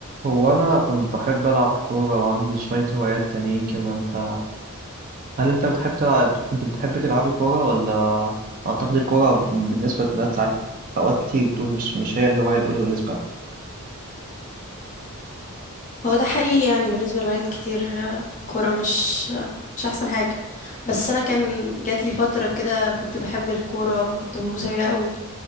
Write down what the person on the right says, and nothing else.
هو أنا كنت بحب ألعب كورة وعندي شوية هوايات تانيين كده أنت هل أنت بتحب تلعب أنت بتحب تلعبي كورة ولا أعتقد الكورة بالنسبة للبنات ساعات أوقات كتير بتقول مش مش هي الهواية الأولى بالنسبة لها